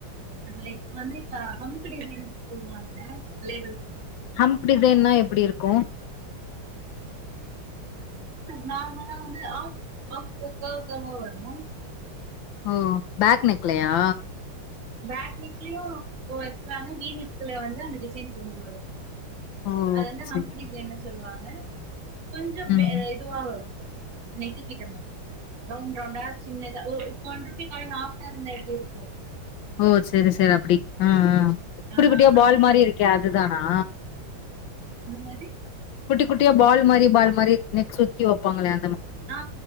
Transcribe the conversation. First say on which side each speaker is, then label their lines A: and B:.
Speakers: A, on the right (about 60°); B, on the left (about 75°).
A: லை வந்து <unintelligible> சொல்லுவாங்கங்க லே
B: ஹம்ப் டிசைன்னா எப்டி இருக்கு
A: நார்மலா வந்து ஆ <unintelligible> வருமா
B: ஓ பேக் நெக்லையா
A: பேட் நெக்லயு வக்லாங்க வீணக்குல வந்து அந்த டிசைன் கொண்டு வரு
B: ஓ
A: அதென்ன
B: செரி
A: ஹம்ப் டிசைன்னு சொல்லுவாங்க கொஞ்சோ
B: ம்
A: இதுவா வரு நெக்கு கிட்டங்க ரவுண்ட் ரவுண்டா சின்னதா ஒ ஒன்ருபி காய்ன் ஆஃபா ருந்தா எப்டி இருக்கு
B: ஓ செரி செரி அப்டி ஆ ஆ குட்டி
A: ஆஹ்
B: குட்டியா பால்
A: அந்த
B: மாரி இருக்கே அதுதானா
A: இந்த மாதி
B: குட்டி குட்டியா பால் மாரி பால் மாரி நெக் சுத்தி வைப்பாங்களே
A: ஆ